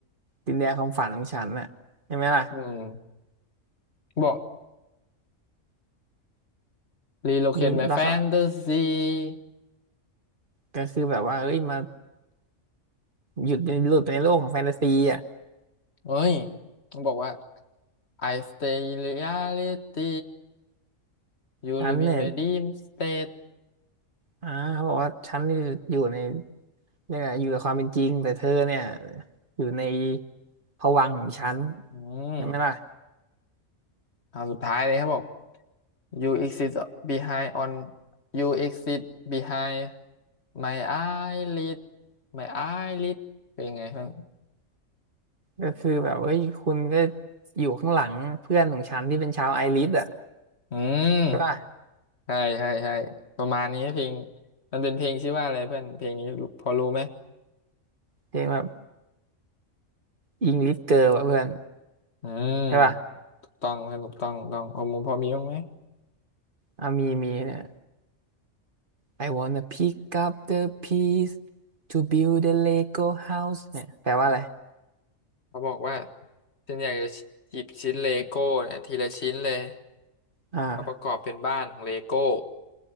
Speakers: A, on the right; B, on the left.
A: ดินแดนความฝันของฉันน่ะใช่ไหมล่ะ
B: อืมบอก relocate
A: มีแล้วก็
B: my fantasy
A: ก็คือแบบว่าเอ้ยมาหยุดใหลุดไปในโลกของแฟนตาซีอ่ะ
B: เฮ้ยต้องบอกว่า I stay in reality You live
A: ฉันเนี่ย
B: in my dream state
A: อ่าเขาบอกว่าฉันอยู่อยู่ในเรียกอะไรอยู่กับความเป็นจริงแต่เธอเนี่ยอยู่ในภวังค์ของฉัน
B: อืม
A: ใช่ไหมล่ะ
B: เอาสุดท้ายเลยครับบอก You exist behind on you exist behind my eyelid my eyelid เป็นไงเพื่อน
A: ก็คือแบบเอ้ยคุณก็อยู่ข้างหลังเพื่อนของฉันที่เป็นชาวไอริสอ่ะ
B: อืม
A: ใช่ป่ะ
B: ใช่ใช่ใช่ประมาณนี้เพลงมันเป็นเพลงชื่อว่าอะไรเพื่อน เพลงนี้รู้พอรู้ไหม
A: เพลงแบบอิงลิสเกิร์ลอ่ะเพื่อน
B: อืม
A: ใช่ป่ะ
B: ถูกต้องเพื่อนถูกต้องถูกต้องเอามุมพอมีบ้างไหม
A: อ่ะมีมีเนี่ย I wanna pick up the piece to build a Lego house เนี่ยแปลว่าอะไร
B: เขาบอกว่าฉันอยากจะหยิบชิ้นเลโก้เนี่ยทีละชิ้นเลย
A: อ่า
B: มาประกอบเป็นบ้านของเลโก้